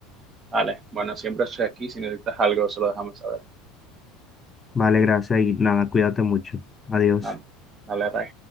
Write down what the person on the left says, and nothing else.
Vale, gracias y nada, cuídate mucho. Adiós.